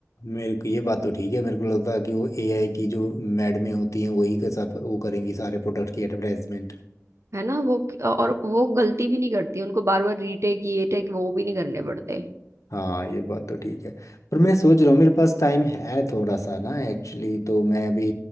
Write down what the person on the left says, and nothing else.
मेरे को ये बात तो ठीक है मेरे को लगता है कि वो एआई की जो मैड में होती हैं वही के साथ वो करेंगी सारे प्रोडक्ट की एडवर्टाइजमेंट
हाँ ये बात तो ठीक है पर मैं सोच रहा हूँ मेरे पास टाइम है थोड़ा सा ना एक्चुअली तो मैं अभी